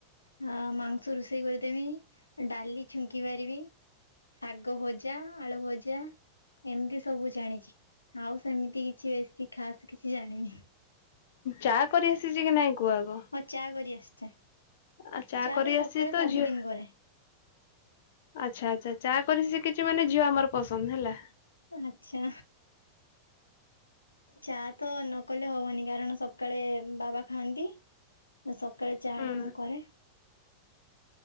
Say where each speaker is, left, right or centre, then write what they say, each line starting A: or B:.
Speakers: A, on the left; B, on the left.
A: ଆ ମାଂସ ରୋଷେଇ କରିଦେମି ଡାଲି ଛୁଙ୍କି ପାରିବି। ଶାଗ ଭଜା ଆଳୁ ଭଜା ଏମିତି ସବୁ ଜାଣିଛି। ଆଉ ସେମିତି କିଛି ବେଶୀ ଖାସ କିଛି ଜାଣିନି।
B: ଚା କରି ଆସିଛି କି ନାଇଁ? କୁହ ଆଗ
A: ହଁ ଚା କରି ଆସଛେ
B: ଆ
A: ଚା
B: କରି
A: ତ
B: ଆସିଛି
A: ସକାଳେ ସବୁଦିନ
B: ଝିଅ
A: କରେ।
B: ଆଚ୍ଛା ଆଚ୍ଛା ଚା କରି ଶିଖିଛି ମାନେ ଝିଅ ଆମର ପସନ୍ଦ ହେଲା।
A: ଆଚ୍ଛା। ଚା ତ ନ କଲେ ହବନି କାରଣ ସକାଳେ ବାବା ଖାଆନ୍ତି। ନା ସକାଳେ ଚା
B: ହୁଁ
A: ଟା ମୁଁ କରେ।